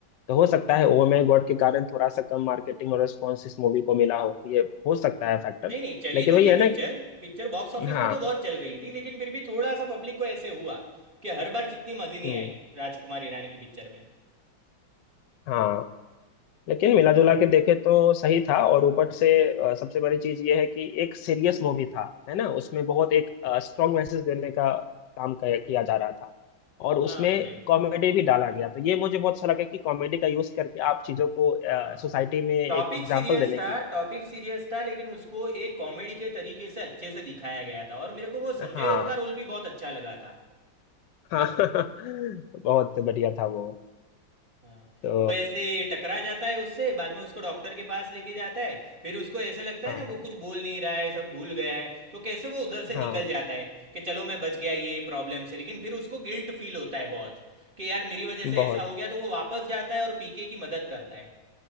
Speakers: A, on the left; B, on the right.
A: तो हो सकता है ओ माय गॉड के कारण थोड़ा सा कम मार्केटिंग और रिस्पॉन्स इस मूवी को मिला हो ये हो सकता है फैक्टर
B: नहीं नहीं चली
A: लेकिन
B: तो
A: वही
B: थी
A: है
B: पिक्चर
A: ना
B: पिक्चर बॉक्स ऑफिस
A: हाँ
B: पे तो बहुत चल गई थी लेकिन फिर भी थोड़ा सा पब्लिक को ऐसे हुआ कि हर बार जितनी मज़े नहीं
A: हम्म
B: आई राजकुमार ईरानी की पिक्चर में
A: हाँ लेकिन मिला जुला के देखे तो सही था और ऊपर से अ, सबसे बड़ी चीज ये है कि एक सीरियस मूवी था है ना उसमें बहुत एक स्ट्रॉन्ग मैसेज देने का काम किया किया जा रहा था और उसमें
B: हाँ भाई
A: कॉमेडी भी डाला गया तो ये मुझे बहुत अच्छा लगा कि कॉमेडी का यूज करके आप चीजों को
B: हाँ
A: सोसाइटी में एक
B: टॉपिक
A: एग्जाम्पल
B: सीरियस
A: देने
B: था
A: की
B: टॉपिक सीरियस था लेकिन उसको एक कॉमेडी के तरीके से अच्छे से दिखाया गया था और मेरे को वो संजय
A: हाँ
B: दत्त का रोल भी बहुत अच्छा लगा था
A: हाँ <laughs> बहुत बढ़िया था वो
B: हाँ
A: तो
B: वो ऐसे टकरा जाता है उससे बाद में उसको डॉक्टर के पास लेके जाता है फिर उसको ऐसे लगता
A: हाँ
B: है ना वो कुछ बोल नहीं रहा है सब भूल गया है तो कैसे वो उधर से
A: हाँ
B: निकल जाता है कि चलो मैं बच गया ये प्रॉब्लम से लेकिन फिर उसको गिल्ट फील होता है बहुत कि यार मेरी वजह
A: बहुत
B: से ऐसा हो गया तो वो वापस जाता है और पीके की मदद करता है